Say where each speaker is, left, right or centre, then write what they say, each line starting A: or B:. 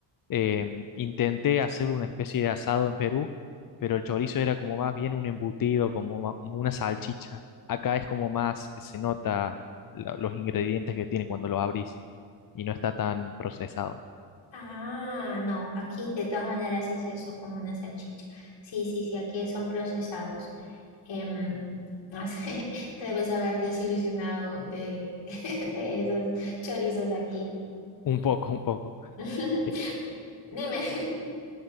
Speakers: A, on the left; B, on the left.
A: eh, intenté hacer una especie de asado en Perú, pero el chorizo era como más bien un embutido, como ma- una salchicha. Acá es como más, se nota la- los ingredientes que tiene cuando lo abrís y no está tan procesado.
B: Ah, no, aquí de todas maneras es eso como una salchicha. Sí, sí, sí, aquí son procesados. Em, no sé, <laughs> te debes haber desilusionado de, <laughs> de esos chorizos aquí.
A: Un poco, un poco.
B: <laughs>
A: Eh,
B: Dime, <laughs>